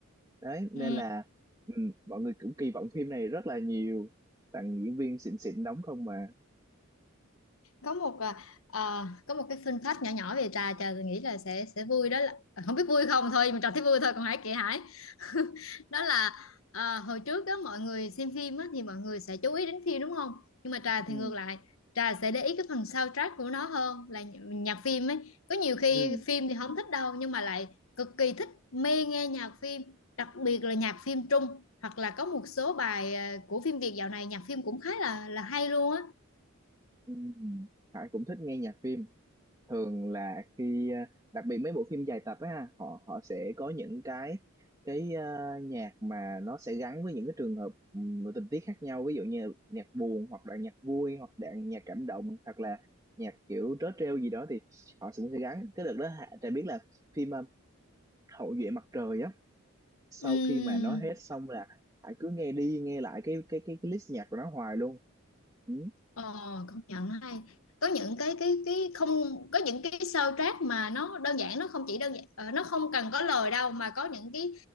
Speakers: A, on the right; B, on the left.
A: đấy nên
B: ừ.
A: là ừ, mọi người cũng kỳ vọng phim này rất là nhiều toàn diễn viên xịn xịn đóng không mà
B: có một à, à, có một cái fun fact nhỏ nhỏ về trà trà nghĩ là sẽ sẽ vui đó là ờ, không biết vui không thôi mình trà thấy vui thôi còn Hải kệ Hải <laughs> đó là à, hồi trước đó mọi người xem phim á, thì mọi người sẽ chú ý đến phim đúng không nhưng mà trà thì
A: ừ
B: ngược lại trà sẽ để ý cái phần soundtrack của nó hơn là nh- nhạc phim ấy có nhiều khi
A: ừ,
B: phim thì không thích đâu nhưng mà lại cực kỳ thích mê nghe nhạc phim đặc biệt là nhạc phim Trung hoặc là có một số bài à, của phim Việt dạo này nhạc phim cũng khá là là hay luôn á
A: ừ. Hải cũng thích nghe nhạc phim thường là khi ờ, đặc biệt mấy bộ phim dài tập á ha, họ họ sẽ có những cái cái ờ, nhạc mà nó sẽ gắn với những cái trường hợp ừm, và tình tiết khác nhau ví dụ như nhạc buồn hoặc là nhạc vui hoặc là nhạc cảm động hoặc là nhạc kiểu trớ trêu gì đó thì họ cũng sẽ gắn cái đợt đó Hạ- Trà biết là phim ờ, Hậu duệ mặt trời á sau
B: Ừm,
A: khi mà nó hết xong là Hải cứ nghe đi nghe lại cái cái cái, cái list nhạc của nó hoài luôn ừ.
B: Ờ, công nhận hay có những cái cái cái không có những cái soundtrack mà nó đơn giản nó không chỉ đơn giản ờ, nó không cần có lời đâu mà có những cái